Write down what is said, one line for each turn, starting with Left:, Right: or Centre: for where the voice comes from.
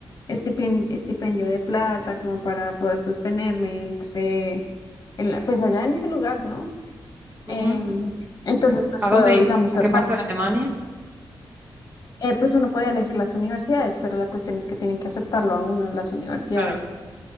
Left: estipen- estipendio de plata como para poder sostenerme entre, en la- pues allá en ese lugar, ¿no? Em,
Right: Ujú.
Left: entonces pues
Right: ¿A
Left: puedo,
Right: dónde, i-
Left: digamos, ser
Right: a qué
Left: más,
Right: parte de Alemania?
Left: eh, pues uno puede elegir las universidades, pero la cuestión es que tienen que aceptarlo a uno en las universidades.
Right: Claro.